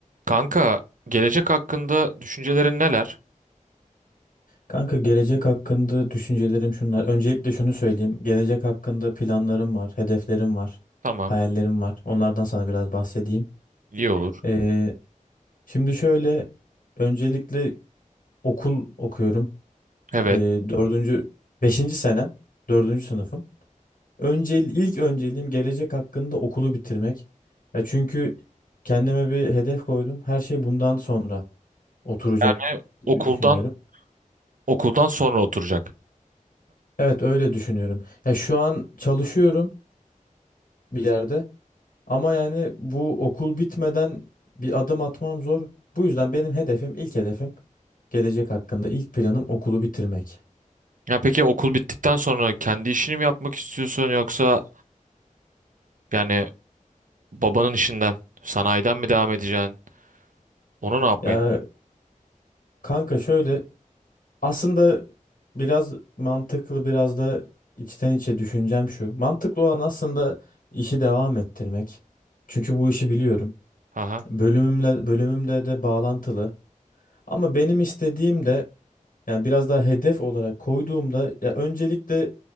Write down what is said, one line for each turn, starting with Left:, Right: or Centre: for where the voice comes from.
Right: Kanka, gelecek hakkında düşüncelerin neler?
Left: Kanka gelecek hakkında düşüncelerim şunlar. Öncelikle şunu söyleyeyim. Gelecek hakkında planlarım var, hedeflerim var,
Right: Tamam,
Left: hayallerim var. Onlardan sana biraz bahsedeyim.
Right: iyi olur.
Left: Ee, şimdi şöyle, öncelikle okul okuyorum.
Right: Evet.
Left: Ee, dördüncü, beşinci senem, dördüncü sınıfım. Önce, ilk önceliğim gelecek hakkında okulu bitirmek. Ya çünkü kendime bir hedef koydum. Her şey bundan sonra oturacak
Right: Yani
Left: gibi
Right: okuldan
Left: düşünüyorum.
Right: okuldan sonra oturacak.
Left: Evet öyle düşünüyorum. Ya şu an çalışıyorum. bir yerde. Ama yani bu okul bitmeden bir adım atmam zor. Bu yüzden benim hedefim, ilk hedefim gelecek hakkında ilk planım okulu bitirmek.
Right: Ya peki okul bittikten sonra kendi işini mi yapmak istiyorsun yoksa yani babanın işinden, sanayiden mi devam edeceksin? Onu ne yapmayı?
Left: Ya kanka şöyle aslında biraz mantıklı biraz da içten içe düşüncem şu. Mantıklı olan aslında işi devam ettirmek. Çünkü bu işi biliyorum.
Right: Haha.
Left: Bölümümle bölümümde de bağlantılı. Ama benim istediğim de Yani biraz daha hedef olarak koyduğumda ya öncelikle